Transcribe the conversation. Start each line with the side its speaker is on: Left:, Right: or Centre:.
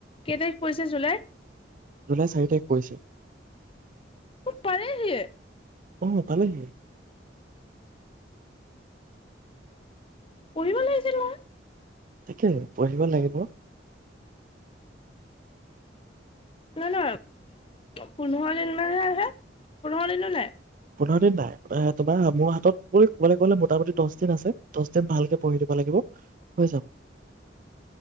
Left: কেই তাৰিখ পৰিছে জুলাই?
Right: জুলাই চাৰি তাৰিখ পৰিছে
Left: পালেহিয়ে
Right: অ', পালেহিয়ে।
Left: পঢ়িব লাগিছিল নহয়
Right: তাকে, পঢ়িব লাগিব।
Left: ন, ন, পোন্ধৰ দিন মানহে আছে, পোন্ধৰ দিনো নাই।
Right: পোন্ধৰ দিন নাই এ, তোমাৰ মোৰ হাতত বুলি ক'বলৈ গ'লে মোটামুটি দচ দিন আছে, দচ দিন ভালকে পঢ়ি দিব লাগিব হৈ যাব।